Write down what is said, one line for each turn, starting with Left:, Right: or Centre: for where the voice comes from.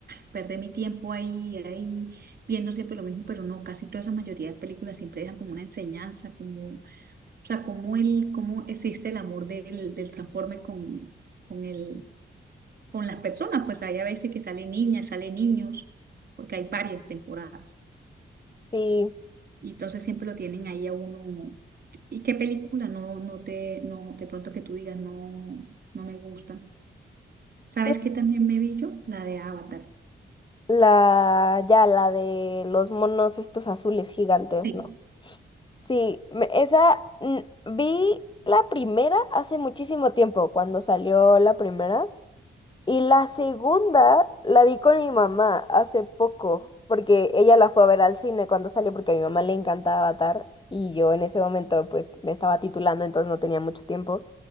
Right: perder mi tiempo ahí, ahí, viendo siempre lo mismo, pero no, casi toda esa mayoría de películas siempre dejan como una enseñanza, como, o sea, cómo el, cómo existe el amor del, del transforme con, con el, con las personas, pues hay a veces que salen niñas, salen niños, porque hay varias temporadas.
Left: Sí,
Right: Y entonces siempre lo tienen ahí a uno. ¿Y qué película? No, no te, no, de pronto que tú digas, no, no me gusta. ¿Sabes
Left: pues
Right: qué también me vi yo? La de Avatar.
Left: la, ya la de los monos estos azules gigantes,
Right: Sí,
Left: ¿no? Sí, me- esa mm, vi la primera hace muchísimo tiempo, cuando salió la primera. Y la segunda la vi con mi mamá hace poco, porque ella la fue a ver al cine cuando salió, porque a mi mamá le encantaba Avatar y yo en ese momento pues me estaba titulando, entonces no tenía mucho tiempo.